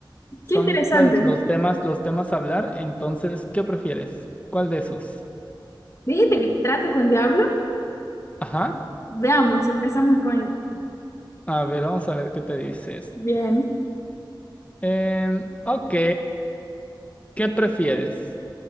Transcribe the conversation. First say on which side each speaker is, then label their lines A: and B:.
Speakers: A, on the left; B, on the left.
A: son
B: qué interesante.
A: pues los temas, los temas a hablar. Entonces, ¿qué prefieres? ¿Cuál de esos?
B: Dijiste que trato con diablo.
A: Ajá.
B: Veamos, empezamos con esto.
A: A ver, vamos a ver qué te dice
B: Bien.
A: Em, ok, ¿qué prefieres?